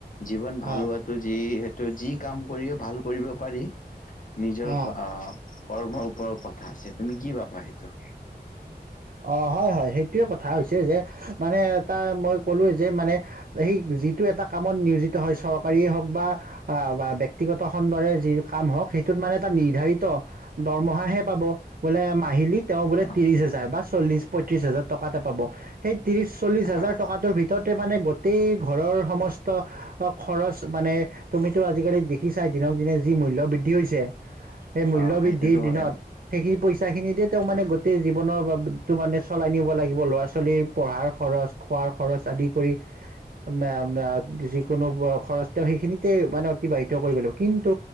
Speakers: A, on the left; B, on the right.
A: জীৱন ভাল
B: অঁ
A: হোৱাটো যি ত' যি কাম কৰিও ভাল কৰিব পাৰি নিজৰ
B: অঁ
A: কাঁ অ অ কৰ্মৰ ওপৰত কথা আছে তুমি কি পাবা সেইটো?
B: অ ', হয়- হয় সেইটোৱে কথা হৈছে যে মানে এটা মই কলোৱেই যে মানে সেই যিটো এটা কামত নিয়োজিত হয় চৰকাৰীয়ে হওক বা ব্যক্তিগত খণ্ডৰে যি কাম হওক সেইটোত মানে এটা নিৰ্ধাৰিত দৰমহাহে পাব বোলে মাহিলীত তেওঁ বোলে
A: অহ
B: ত্ৰিছ হাজাৰ বা চল্লিছ পঁয়ত্ৰিছ হাজাৰ টকা এটা পাব সেই ত্ৰিছ চল্লিছ হাজাৰ
A: আহ
B: টকাৰটো ভিতৰতে মানে গোটেই ঘৰৰ সমষ্টি ভিতৰত বা খৰচ, মানে তুমিতো আজিকালি দেখিছাই দিনক দিনে যি মূল্য বৃদ্ধি হৈছে। এই মূল্য
A: অহ
B: বৃদ্ধিৰ
A: সেইটোতো
B: দিনত
A: হয়
B: সেইখিনি পইচা পিইচা খিনি দিয় তেওঁ মানে
A: অহ
B: গোটেই জীৱনৰ বাবে সেইতো মানে চলাই নিব লাগিব ল'ৰা ছোৱালীৰ পঢ়াৰ খৰচ খোৱাৰ খৰচ আদি কৰি আ' মে ম ', যিকোনো হোৱা খৰচ তেওঁ সেইখিনিতে মানে অতিবাহিত কৰি লাগিব কিন্তু